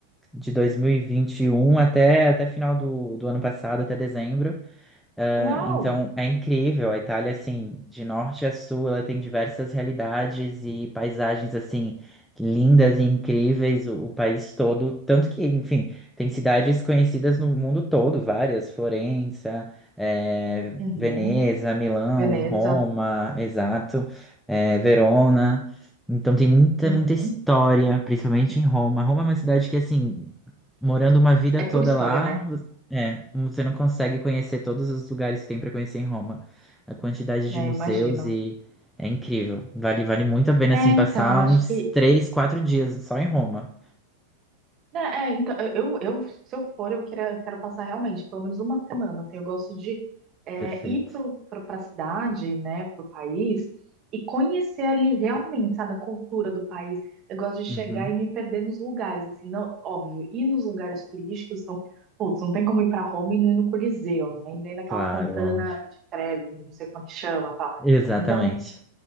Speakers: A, in the centre; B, on the right.
A: de 2021 até, até final do, do ano passado, até dezembro. Ah,
B: Uau!
A: então é incrível, a Itália, assim, de norte a sul, ela tem diversas realidades e paisagens, assim, lindas e incríveis, o, o país todo. Tanto que, enfim, tem cidades conhecidas no mundo todo, várias: Florença, eh,
B: Uhum.
A: Veneza, Milão,
B: Veneza.
A: Roma, exato, eh, Verona. Então tem muita,
B: Uhum.
A: muita história, principalmente em Roma. Roma é uma cidade que, assim, morando uma vida
B: É por
A: toda
B: história,
A: lá.
B: né?
A: É, você não consegue conhecer todos os lugares que tem para conhecer em Roma. A quantidade
B: É,
A: de museus
B: eu imagino.
A: e é incrível. Vale, vale muito a pena
B: É,
A: assim
B: então,
A: passar
B: acho
A: uns
B: que
A: três, quatro dias só em Roma.
B: Né, É, então, eu, eu, se eu for, eu quero, quero passar realmente pelo menos uma semana, assim, eu gosto de é,
A: Perfeito.
B: ir para a cidade, né, para o país, e conhecer ali realmente, sabe, a cultura do país. Eu gosto de chegar
A: Uhum.
B: e me perder nos lugares, assim, não, óbvio, ir nos lugares turísticos, então, putz, não tem como ir para Roma e não ir no Coliseu, né, e nem naquela
A: Claro,
B: Fontana
A: óbvio.
B: de Trevi, não sei como é que chama, tal.
A: Exatamente.
B: Então,